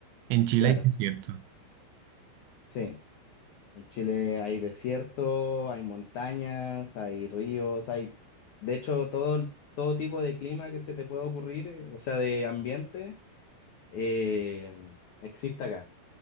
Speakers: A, on the right (about 75°); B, on the left (about 85°).
A: En Chile
B: Claro,
A: hay desierto.
B: sí. En Chile hay desierto, hay montañas, hay ríos, hay, de hecho, todo, todo tipo de clima que se te pueda ocurrir, eh, o sea, de ambiente, eh, existe acá,